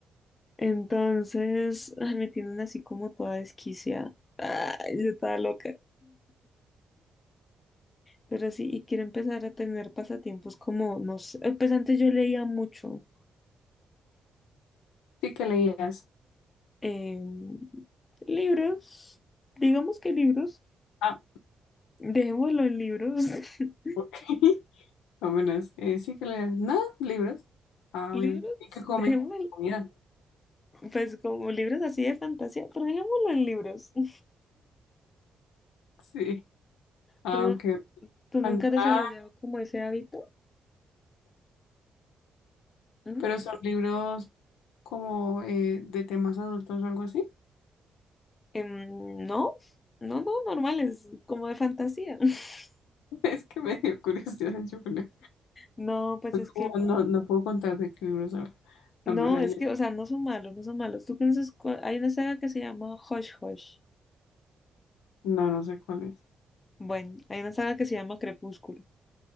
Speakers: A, on the left; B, on the left.
A: Entonces, ay, me tienen así como toda desquiciada. Ay, yo estaba loca. Pero sí, y quiero empezar a tener pasatiempos como, no sé, eh, pues antes yo leía mucho
B: Sí que leías.
A: eh, libros, digamos que libros,
B: Ah,
A: Dejémoslo en libros. <laughs>
B: <laughs> apenas. Eh, sí que leías. No, libros. Ah,
A: Libros,
B: bueno. ¿Y qué comen?
A: dejémoslo,
B: Comida.
A: pues como libros así de fantasía, pero dejémoslo en libros. <laughs>
B: Sí. Ah,
A: ¿Tú, no-
B: ok,
A: tú
B: pantalla,
A: nunca has desarrollado como ese hábito? ¿Mm?
B: pero son libros como eh, de temas adultos o algo así.
A: Em, no, no, no, normales, como de fantasía. <laughs>
B: <laughs> Es que me dio curiosidad. yo no,
A: No, pues es
B: puedo
A: que,
B: no- no puedo contar de qué libros habla.
A: no,
B: La verdad,
A: es
B: yo-
A: que, o sea, no son malos, no son malos. ¿Tú conoces cua- Hay una saga que se llama Hush Hush.
B: No, no sé cuál es.
A: Bueno, hay una saga que se llama Crepúsculo.